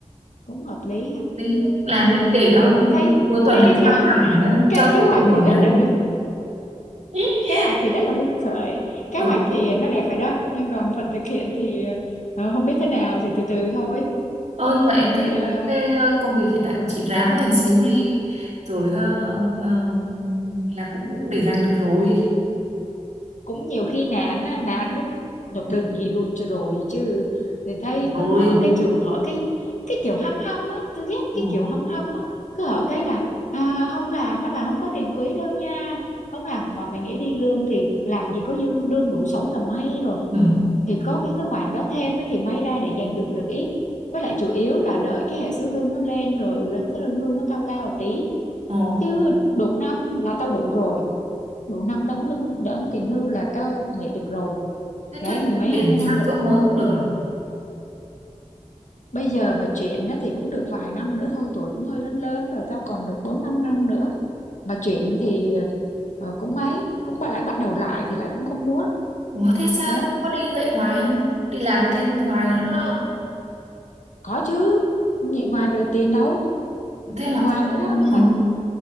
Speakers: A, on the left (about 80°); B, on the right (about 65°).
A: cũng hợp lý ha
B: đi làm
A: à,
B: đi để ờ,
A: thấy
B: cuối tuần
A: thấy
B: em
A: cái kế
B: căng
A: hoạch
B: thẳng em
A: cái
B: cho
A: kế
B: tụi
A: hoạch
B: mình
A: thì rất
B: làm
A: là hư
B: <laughs>
A: kế hoạch thì rất là hứng khởi kế
B: ừ.
A: hoạch thì nó đẹp vậy đó nhưng còn phần thực hiện thì ờ, không biết thế nào thì từ từ thôi
B: Ờ nhưng mà em thấy
A: chứ ờ,
B: cái ờ, công việc hiện tại của chị ráng lên xíu đi rồi ờ, ờ, là cũng để dành được rồi
A: cũng nhiều khi nạn á, nạn muốn nộp đơn gì luôn cho rồi chứ Thì thấy
B: rồi
A: cứ hỏi cái trừ hỏi cái cái kiểu hăm hăm á tôi ghét
B: ừ.
A: cái kiểu hăm hăm á cứ hỏi cái là à, không làm á là không có tiền quỹ đâu nha không làm mà mày nghĩ đi lương thì làm gì có dư lương đủ sống là may rồi
B: Ừ.
A: thì có những cái khoản đó thêm á thì may ra để dành dụm được ít với lại chủ yếu là đợi cái hệ số lương nó lên rồi lên cái lương hưu nó cao cao một tí
B: Ờ.
A: chứ được năm là tao đủ rồi đủ năm đóng lương đóng tiền hưu là tao nghỉ được rồi
B: Thế
A: đấy
B: chứ
A: mười mấy
B: chuyển
A: hai mươi năm
B: sang
A: là
B: chỗ
A: được
B: mới
A: rồi
B: không được à
A: bây giờ mà chuyển á thì cũng được vài năm nữa thôi tuổi cũng hơi lớn lớn rồi tao còn được bốn năm năm nữa mà chuyển thì ờ, cũng mấy cũng bà lại bắt đầu lại thì lại cũng không muốn
B: Ủa thế sao
A: đó
B: có đi dạy ngoài không đi làm thêm ngoài nữa đó
A: có chứ không dạy ngoài rồi tiền đâu
B: thế
A: dạy
B: mà
A: ngoài
B: vẫn
A: nữa đó
B: đúng
A: nhưng mà
B: hả